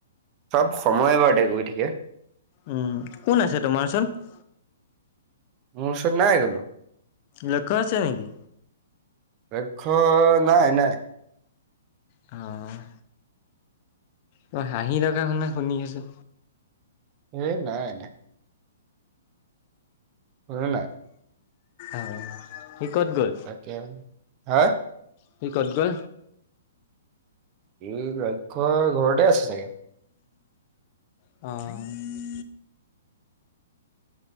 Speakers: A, on the right; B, on the left.
A: চব সময়বাৰতে গৈ থাকে।
B: উম্, কোন আছে তোমাৰ ওচৰত।
A: মোৰ ওচৰত নাই কোনো।
B: লক্ষ্য আছে নেকি?
A: লক্ষ্য নাই নাই।
B: অ', তই হাঁহি থকা শুনা শুনি আছোঁ।
A: হেই নাই। কোনো নাই।
B: অ', সি ক'ত গ'ল।
A: তাকেই অ',
B: সি কত গ'ল।
A: এ লক্ষ্য ঘৰতে আছে থাকে
B: অ',